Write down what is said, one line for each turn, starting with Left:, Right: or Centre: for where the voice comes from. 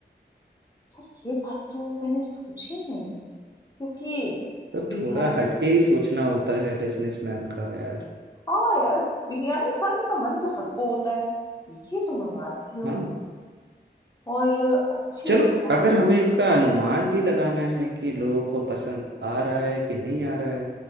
Left: यार ये बात तो मैंने सोची ही नहीं क्योंकि
Right: तो
Left: बिरयानी
Right: थोड़ा हटके ही सोचना होता है बिजनेसमैन का यार
Left: हाँ यार बिरयानी खाने का मन तो सबको होता है ये तो मैं मानती हूँ
Right: हाँ
Left: और अच्छी
Right: चलो
Left: बिरयानी
Right: अगर हमें इसका अनुमान भी लगाना है कि लोगों को पसंद आ रहा है कि नहीं आ रहा है